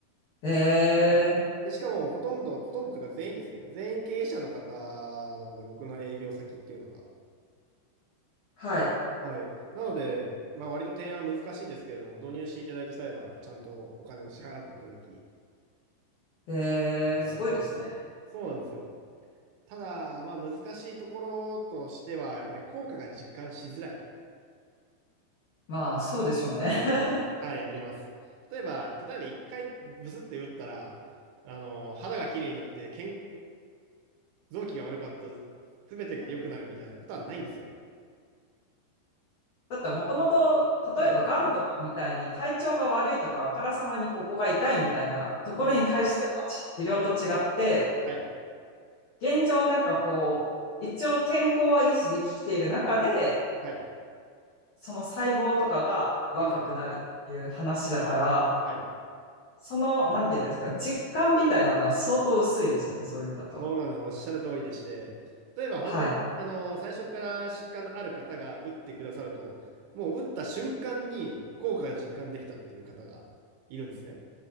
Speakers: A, on the left (about 70°); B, on the right (about 80°).
A: へ
B: はいで、
A: え、
B: しかも、ほとんど、ほとんどというか全員ですね。全員経営者の方なので、僕の営業先っていうのが。
A: はい。
B: はい。なので、まあ、割と提案は難しいですけれども、導入していただいた際は、ちゃんとお金を支払っていただき、
A: へえ、
B: はい
A: すごいですね。
B: そうなんですよ。ただ、まあ、難しいところとしては、やっぱり効果が実感しづらい
A: まあ、そうでしょうね。<laughs>
B: 部分が、はい、あります。例えば、例えば一回ブスって打ったら、あの、肌が綺麗になって、健、臓器が悪かった、すべてが良くなるみたいなことはないんですよ。
A: だって、もともと、例えば、
B: はい。
A: がんとかみたいに体調が悪いとか、あからさまにここが痛いみたいなところに対しての治治療と違って、
B: うん。はい。
A: 現状なんかこう、一応健康は維持できている中で、
B: はい。
A: その細胞とかが若くなるっていう話だから、
B: うん。はい。
A: その、なんていうんですか、実感みたいなのは相当薄いですよね、そういう意味だと。
B: そうなんです。おっしゃる通りでして、例えば本当に、
A: はい。
B: あの、最初から疾患のある方が打ってくださると、もう打った瞬間に効果が実感できたっていう方がいるんですね。